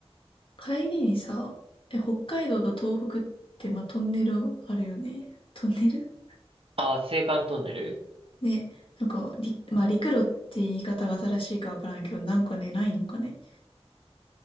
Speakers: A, on the left; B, on the right.
A: 帰りにさ、え、北海道と東北って、まあ、トンネルあるよね。トンネル
B: あ、青函トンネル
A: ね、なんか、り、まあ、陸路って言い方が正しいかわからんけど、なんかね、ないんかね。